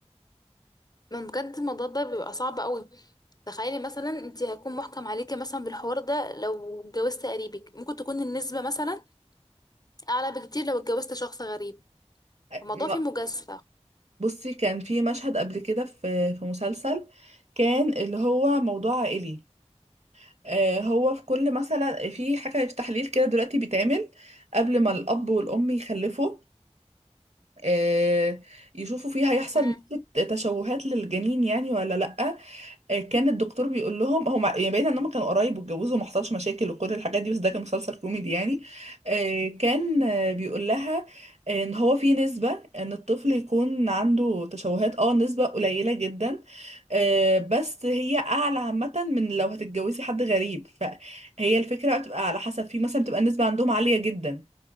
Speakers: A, on the left; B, on the right.
A: من بجد الموضوع ده بيبقى صعب قوي تخيلي مثلا انت هيكون محكم عليكي مثلا بالحوار ده لو اتجوزت قريبك ممكن تكون النسبة مثلا اعلى بكتير لو اتجوزت شخص غريب
B: آه،
A: الموضوع
B: ما-
A: فيه مجازفة
B: بصي كان في مشهد قبل كده في في مسلسل كان اللي هو موضوع عائلي آه، هو في كل مثلا في حاجة في تحليل كده دلوقتي بيتعمل قبل ما الأب والأم يخلفوا آه، يشوفوا فيه هيحصل
A: امم
B: نسبة تشوهات للجنين يعني ولا لأ آه، كان الدكتور بيقول لهم هم يعني بعيد ان هم كانوا قرايب واتجوزوا وما حصلش مشاكل وكل الحاجات دي بس ده كان مسلسل كوميدي يعني آه، كان آه، بيقول لها آه، ان هو في نسبة ان الطفل يكون عنده تشوهات اه نسبة قليلة جدا آه، بس هي اعلى عامة من لو هتتجوزي حد غريب فهي الفكرة بقى بتبقى على حسب في مثلا بتبقى النسبة عندهم عالية جدا